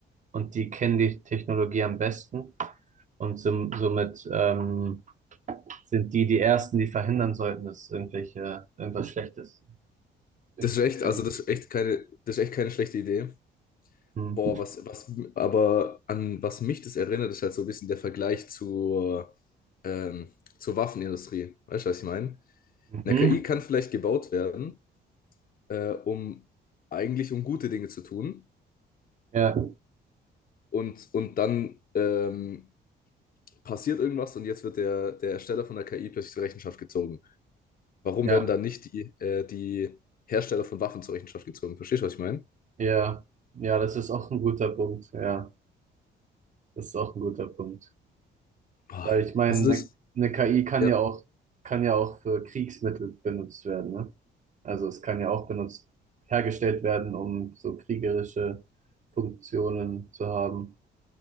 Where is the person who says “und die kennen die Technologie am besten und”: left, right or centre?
Right